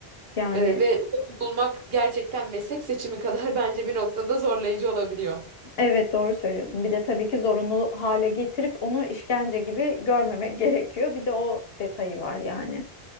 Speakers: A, on the left; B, on the right.
A: Yani
B: Ee, ve bulmak gerçekten meslek seçimi kadar <laughs> bence bir noktada zorlayıcı olabiliyor.
A: Evet doğru söylüyorsun. Bir de tabii ki zorunlu hale getirip onu işkence gibi görmemek <laughs> gerekiyor. Bir de o detayı var yani.